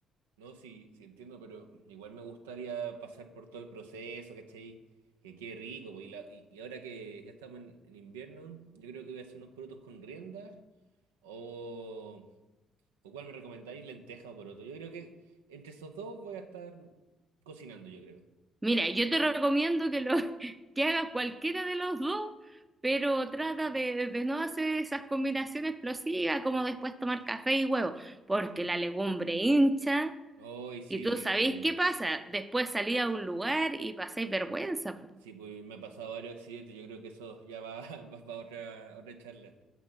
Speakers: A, on the right; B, on the right.
A: No, sí, sí entiendo, pero igual me gustaría pasar por todo el proceso, ¿cachai? Que quede rico, po, y, la- y, y ahora que ya estamos en, en invierno, yo creo que voy a hacer unos porotos con rienda, o, o cuál me recomendáis, lenteja o poroto. Yo creo que entre esos dos voy a estar cocinando, yo creo.
B: Mira, yo te recomiendo que lo <laughs> que hagas cualquiera de los dos, pero trata de, de no hacer esas combinaciones explosivas como después tomar café y huevo, porque la legumbre hincha
A: Hoy sí,
B: y tú
A: sí,
B: sabéis qué pasa, después salís a un lugar y pasáis vergüenza, po.
A: sí, pues me ha pasado varios accidentes, yo creo que eso ya va, <laughs> va para otra, otra charla.